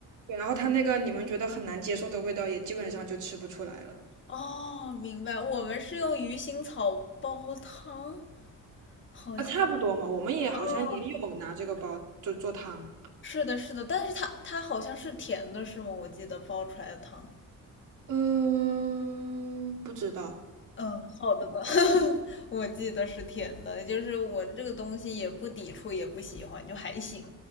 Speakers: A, on the right; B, on the left.
A: 对，然后它那个你们觉得很难接受的味道，也基本上就吃不出来了
B: 哦，明白，我们是用鱼腥草煲汤，好像。
A: 啊，差不多嘛。我们也好像也有拿这个包就做汤，
B: 哦是的，是的，但是它它好像是甜的，是吗？我记得煲出来的汤。
A: 嗯，不知道。
B: 嗯，好的呢 <laughs>，我记得是甜的，就是我这个东西也不抵触，也不喜欢，就还行。